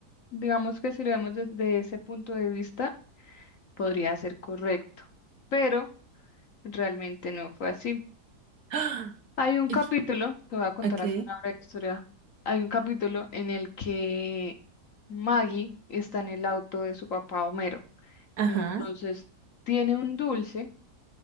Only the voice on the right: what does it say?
¡Ah!
Y-
Ok,
ajá.